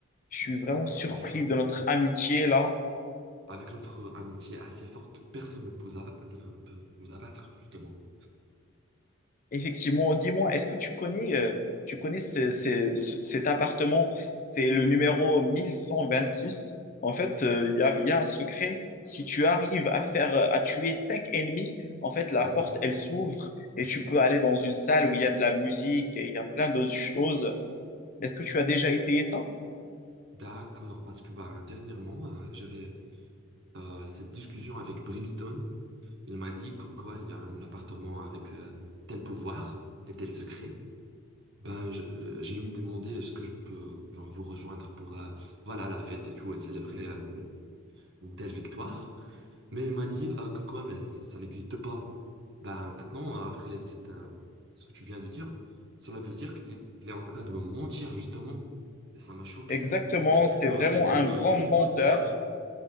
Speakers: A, on the left; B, on the right.
A: Je suis vraiment
B: ah oui,
A: surpris
B: franchement,
A: de notre amitié là.
B: avec notre amitié assez forte, personne ne peut, abat- ne peut nous abattre, justement.
A: Effectivement, dis-moi, est-ce que tu connais, euh, tu connais ce- ce- ce- cet appartement? C'est le numéro 1126. En fait, euh, il y a, il y a un secret. Si tu arrives à faire, euh, à tuer cinq ennemis, en fait, la
B: D'accord?
A: porte, elle s'ouvre et tu peux aller dans une salle où il y a de la musique et il y a plein d'autres choses. Est-ce que tu as déjà essayé ça?
B: D'accord, parce que bah, dernièrement, euh, j'avais euh, cette discussion avec Brimstone. Il m'a dit comme quoi il y a un appartement avec euh, tel pouvoir et tel secret. Ben, je- euh, j'ai lui demandé est-ce que je peux genre, vous rejoindre pour euh, voilà, la fête et tout, et célébrer euh, une une telle victoire. Mais il m'a dit euh, que quoi, mais ça n'existe pas. Ben maintenant, euh, après cette, euh, ce que tu viens de dire, cela veut dire qu'il il est en train de me mentir, justement. Et ça m'a choqué.
A: Exactement,
B: Parce que j'ai cru
A: c'est vraiment
B: au début
A: un
B: que
A: grand
B: Bristol,
A: menteur.
B: c'était un...